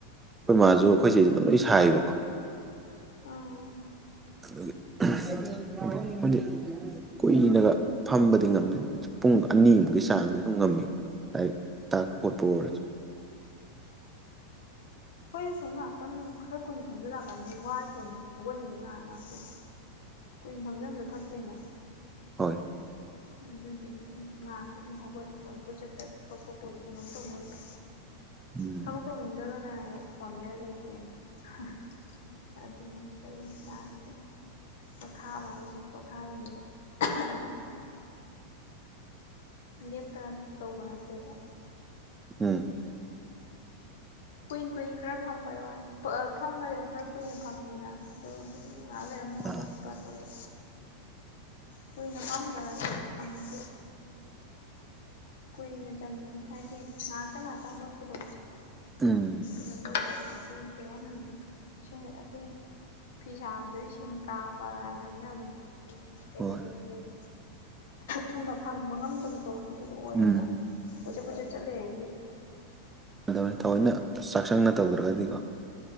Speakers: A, on the right; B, on the left.
A: ꯑꯩꯈꯣꯏ ꯃꯥꯖꯨ ꯑꯩꯈꯣꯏ ꯆꯦꯖꯨ ꯑꯗꯨꯝ ꯂꯣꯏ ꯁꯥꯏꯌꯦꯕꯀꯣ
B: ꯑꯥ
A: ꯑꯗꯨꯒꯤ <unintelligible> ꯀꯨꯏꯅꯒ ꯐꯝꯕꯗꯤ ꯉꯝꯗꯦ ꯄꯨꯡ ꯑꯅꯤꯃꯨꯛꯀꯤ ꯆꯥꯡꯗꯤ ꯑꯗꯨꯝ ꯉꯝꯃꯤ ꯂꯥꯏꯛ ꯇꯥꯛꯄ ꯈꯣꯠꯄ ꯑꯣꯏꯔꯁꯨ
B: ꯑꯩꯈꯣꯏꯁꯨ ꯁꯨꯝ ꯉꯥꯏꯍꯥꯛꯇꯪ ꯈꯔ ꯀꯨꯏꯅ ꯐꯝꯖꯟꯂꯛꯑꯀꯥꯟꯗꯗꯤ ꯋꯥꯔꯤ ꯄꯣꯅꯤ ꯍꯧꯒꯠꯂꯤꯅꯤ ꯉꯍꯥꯛ ꯉꯍꯥꯛꯄꯨꯗꯤ ꯀꯨꯏꯅ ꯐꯝꯖꯟꯕꯖꯨ ꯐꯠꯇꯦꯅ
A: ꯍꯣꯏ
B: ꯑꯗꯨꯗꯨꯒꯤ ꯉꯥꯛꯇꯤ ꯑꯗꯨꯝ ꯍꯧꯒꯠꯂꯤ ꯄꯣꯠꯅꯤ ꯀꯣꯏꯆꯠ ꯆꯠꯄ ꯈꯣꯠꯄ ꯑꯣꯏꯔꯁꯨ ꯀꯩꯅꯣꯝ ꯇꯧꯕ ꯑꯣꯏꯔꯖꯨ
A: ꯎꯝ
B: ꯊꯕꯛ ꯇꯧꯅꯤꯡꯗ꯭ꯔꯒꯅ ꯍꯦꯛ ꯐꯣꯟ ꯃꯦꯠꯂ ꯂꯩꯊꯣꯛꯑꯦꯅ <unintelligible> ꯑꯗꯨꯃꯥꯏ ꯇꯧ ꯉꯥꯛꯇꯅꯤ ꯄꯣꯊꯥꯕ ꯍꯥꯏꯖꯤꯅꯦ ꯄꯣꯊꯥꯔꯤꯉꯩ ꯑꯗꯨꯝ ꯂꯦꯞꯇꯅ ꯇꯧꯕ ꯅꯠꯇꯦꯕ
A: ꯎꯝ
B: ꯀꯨꯏꯟ ꯀꯨꯏꯟ ꯈꯔ ꯐꯝꯕꯩ ꯋꯥꯅꯦ ꯄꯨꯔ ꯐꯝꯕꯗꯤ ꯑꯗꯨꯝ ꯈꯔ ꯀꯨꯏꯅ ꯐꯝꯃꯦꯅ ꯑꯗꯨ ꯑꯗꯨꯝ ꯉꯍꯥꯛ ꯂꯩꯔ ꯑꯃꯨꯛ ꯍꯧꯒꯠꯄ
A: ꯑꯥ
B: ꯇꯧꯕ ꯀꯨꯏꯅ ꯐꯝꯗ꯭ꯔꯥꯗꯤ ꯑꯃꯨꯛꯁꯨ ꯀꯨꯏꯅ ꯆꯪꯉꯤꯅꯤ ꯍꯥꯏꯗꯤ ꯉꯥꯛꯇꯪ ꯉꯥꯛꯇꯪ ꯍꯧꯒꯠꯄꯗꯣ
A: ꯎꯝ
B: <unintelligible> ꯑꯩꯈꯣꯏꯒꯤ ꯀꯩ ꯍꯥꯢꯗꫭꯏꯅꯣ ꯁꯦ ꯑꯩꯈꯣꯢꯒꯤ ꯐꯤ ꯁꯥꯥꯕꯗꯖꯨ ꯁꯤꯟ ꯀꯥꯕꯅ ꯍꯥꯏꯅꯕꯅꯦꯕ ꯑꯗꯨ ꯀꯩ
A: ꯍꯣꯏ
B: ꯍꯥꯏꯗꯣꯏꯅꯣ ꯈꯪꯗ‌ꯦ ꯊꯨꯅ ꯐꯪꯕ ꯉꯝꯗꯕꯗꯣ ꯑꯗꯨ ꯑꯗꯨ ꯑꯣꯏꯌꯦꯕ
A: ꯎꯝ
B: ꯀꯣꯏꯆꯠ ꯀꯣꯏꯆꯠ ꯆꯠ ꯂꯩꯔꯒꯗꯤ
A: ꯑꯗꯨꯅꯦ ꯊꯑꯣꯏꯅ ꯆꯥꯛꯆꯪꯅ ꯇꯧꯗ꯭ꯔꯒꯗꯤꯀꯣ